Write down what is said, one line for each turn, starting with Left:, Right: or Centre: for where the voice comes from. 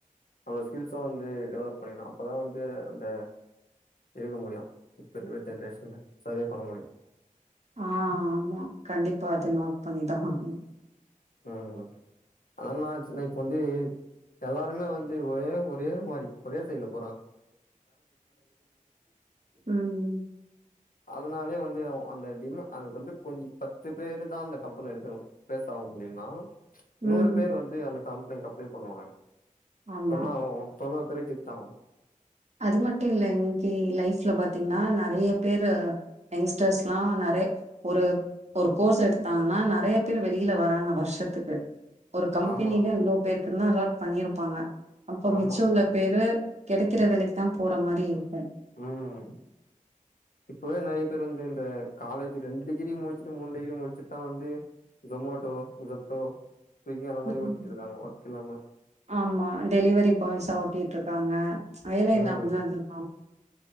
Left: நம்ளோட ஸ்கில்ஸ வந்து டெவலப் பண்ணிடு அப்பதா வந்து அந்த இருக்க முடியு இப்போ இருக்க ஜென்ரேஷனு சர்வே பண்ண முடியு
Right: ஆ ஆமா கண்டிப்பா அத நோட் பண்ணிதா ஆகனு
Left: ம் அதெல்லா ஆச்சுன்னா இப்ப வந்து எல்லாருமே வந்து ஒரே ஒரே மாரி ஒரே சைலப்
Right: ம்
Left: அதனாலே வந்து அந்த டிம் அதுக்கு வந்து கொஞ் பத்து பேரு தா அந்த கம்பென்ல எடுக்காங் பேஸ் ஆவு அப்டின்னா நூறு
Right: ம்
Left: பேரு வந்து அந்த கம்லெயின்கு அப்ளை பண்ணுவாங்க
Right: ஆமா
Left: இப்பன தொண்ணூறு பேர் ரிஜெக்ட்டாவு
Right: அது மட்டு இல்ல இன்னக்கி லைஃப்ல பாத்தீங்கன்னா நெறய பேரு யங்ஸ்டர்ஸ்ல்லா நெறய ஒரு ஒரு கோர்ஸ் எடுத்தாங்கன்னா நெறய பேரு வெளில வராங்க வருஷத்துக்கு ஒரு கம்பெனில
Left: ஆமா
Right: இவ்ளோ பேருக்கு தா அலாட் பண்ணிருப்பாங்க அப்போ
Left: ஆமா
Right: மிச்ச
Left: கரெக்ட்
Right: உள்ள பேரு கெடக்கிற வேலக்கி தா போற மாரி இருக்கு
Left: ம் இப்பவே நெறய பேரு வந்து இந்த காலேஜி ரெண்டு டிகிரி முச்சிட்டு மூணு டிகிரி முச்சிட்டு தா வந்து சொமோட்டோ ஜப்டோ ஸ்விக்கி அந்த மாரி
Right: ம்
Left: ஓட்டிட்டு இருக்காங்க ஒர்க் இல்லாம
Right: ஆமா டெலிவரி பாய்ஸா ஓட்டிட்டு இருக்காங்க வேல
Left: ம்
Right: இல்லாமலா இல்ல